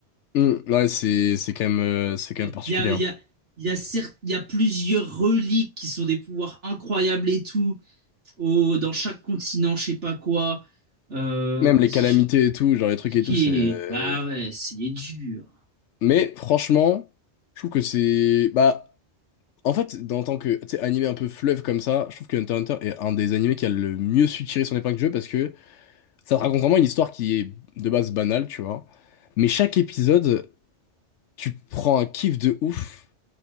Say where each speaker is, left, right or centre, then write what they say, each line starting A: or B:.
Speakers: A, on the left; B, on the right.
A: Hum, ouais, c'est, c'est quand même, euh, c'est quand
B: Il
A: même particulier.
B: y a,
A: hein.
B: il y a, il y a certes- il y a plusieurs reliques qui sont des pouvoirs incroyables et tout, au- dans chaque continent, je sais pas quoi. Euh,
A: Même
B: vas-y,
A: les calamités
B: je vais
A: et tout, genre les trucs
B: expliquer
A: et tout, c'est.
B: Bah ouais, c'est dur.
A: Mais franchement, je trouve que c'est, bah, en fait, en tant que, tu sais, animé un peu fleuve comme ça, je trouve que Hunter x Hunter est un des animés qui a le mieux su tirer son épingle du jeu parce que Ça te raconte vraiment une histoire qui est de base banale, tu vois. Mais chaque épisode, tu prends un kiff de ouf,